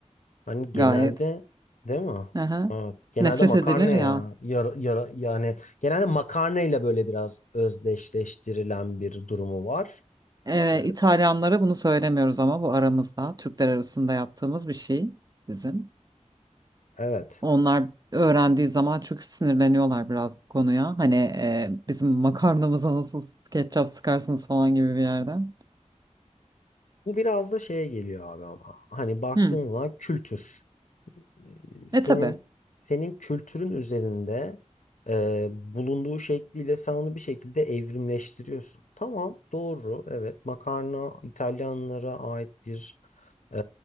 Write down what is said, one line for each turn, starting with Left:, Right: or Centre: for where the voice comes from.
Left: Hani genelde
Right: Gayet.
Left: değil mi?
Right: Aha.
Left: Evet, genelde
Right: Nefret
Left: makarna
Right: edilir
Left: ya.
Right: ya.
Left: Yara- yara- yani genelde makarnayla böyle biraz özdeşleştirilen bir durumu var.
Right: E,
Left: Ee,
Right: İtalyanlara bunu söylemiyoruz ama bu aramızda. Türkler arasında yaptığımız bir şey bizim.
Left: Evet.
Right: Onlar öğrendiği zaman çok sinirleniyorlar biraz bu konuya. Hani e, bizim makarnamıza nasıl ketçap sıkarsınız falan gibi bir yerden.
Left: Bu biraz da şeye geliyor abi ama. Hani baktığın
Right: Hı.
Left: zaman kültür. Ee, Senin
Right: E tabii.
Left: senin kültürün üzerinde e, bulunduğu şekliyle sen onu bir şekilde evrimleştiriyorsun. Tamam, doğru. Evet, makarna İtalyanlara ait bir e,